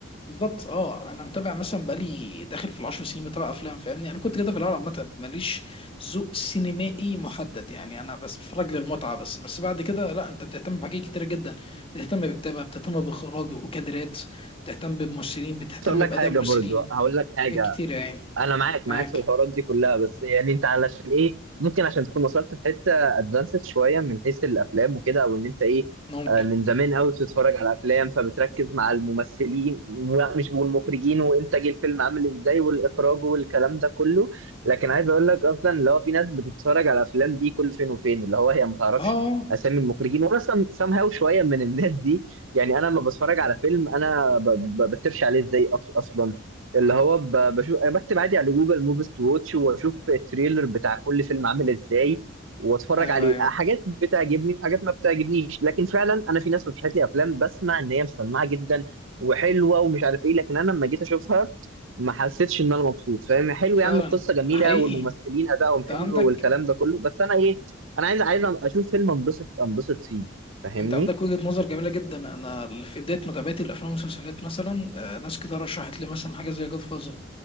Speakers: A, on the left (about 30°); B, on the right (about 80°).
A: بالظبط اه انا متابع مثلا بقالي داخل في العشر سنين بتابع افلام فاهمني انا كنت كده في الاول عامه ماليش ذوق سينمائي محدد يعني انا بس بتفرج للمتعه بس بس بعد كده لا انت بتهتم بحاجات كتيره جدا بتهتم بالكتابه بتهتم باخراج وكادرات بتهتم بممثلين بتهتم
B: بس اقول لك
A: باداء
B: حاجه
A: ممثلين
B: برضو هقول لك حاجه
A: حاجات كتيره يعني
B: انا معاك
A: معاك
B: معاك في الحوارات دي كلها بس يعني انت علشان ايه ممكن عشان تكون وصلت في حته ادفانسد شويه من حيث الافلام وكده او ان انت ايه
A: ممكن
B: آه، من زمان قوي بتتفرج على افلام فبتركز مع الممثلين و- مش والمخرجين وانتاج الفيلم عامل ازاي والاخراج والكلام ده كله لكن عايز اقول لك اصلا اللي هو في ناس بتتفرج على الافلام دي كل فين وفين اللي هو هي ما تعرفش
A: اه
B: اسامي المخرجين وانا سام هاو شويه من الناس دي يعني انا لما بتفرج على فيلم انا ب- ب- بسيرش عليه ازاي أص- اصلا اللي هو ب- بشوف أنا بكتب عادي على جوجل موفيز تو واتش واشوف التريلر بتاع كل فيلم عامل ازاي واتفرج
A: ايوه
B: عليه
A: ايوه
B: حاجات بتعجبني وحاجات ما بتعجبنيش لكن فعلا انا في ناس رشحت لي افلام بسمع ان هي مسمعه جدا وحلوه ومش عارف ايه لكن انا لما جيت اشوفها ما حسيتش ان انا مبسوط فاهم حلو
A: فعلا
B: يا عم القصه جميله
A: حقيقي
B: والممثلين ادائهم
A: انت
B: حلو
A: عندك
B: والكلام ده كله بس انا ايه انا عايز عايز اشوف فيلم انبسط انبسط فيه فاهمني
A: انت عندك وجهة نظر جميلة جدا انا في بداية متابعتي للافلام والمسلسلات مثلا آه، ناس كتير رشحت لي مثلا حاجة زي جاد فازر